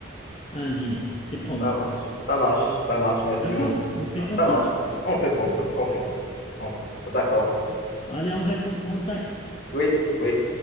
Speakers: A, on the left; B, on the left.
A: à un dîner, c'est promis.
B: ça marche, ça marche, ça marche. Merci,
A: D'accord?
B: mon.
A: On fait comme
B: Ça
A: ça?
B: marche. On fait comme ça, on fait comme ça, on fait comme ça. D'accord.
A: Bon. Allez, on reste en contact.
B: Oui, oui.